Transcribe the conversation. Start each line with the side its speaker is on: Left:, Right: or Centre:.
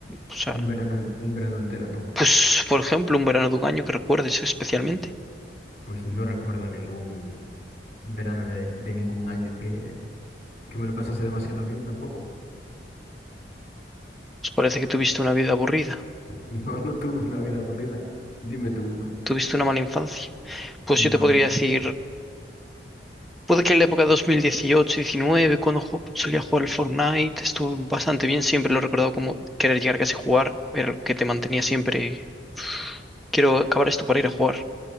Centre: O sea,
Left: un verano, en- un verano entero, entonces.
Centre: pues por ejemplo, un verano de un año que recuerdes especialmente.
Left: Pues no recuerdo ningún verano de, de ningún año que, que me lo pasase demasiado bien tampoco. <laughs>
Centre: Pues parece que tuviste una vida aburrida,
Left: No, no tuve una vida aburrida. Dime tú uno.
Centre: tuviste una mala infancia. Pues
Left: No,
Centre: yo te podría
Left: no. tengo.
Centre: decir, puede que en la época de 2018-19, cuando ju- solía jugar al Fortnite, estuve bastante bien, siempre lo he recordado como querer llegar casi a casa y jugar, era algo que te mantenía siempre, quiero acabar esto para ir a jugar,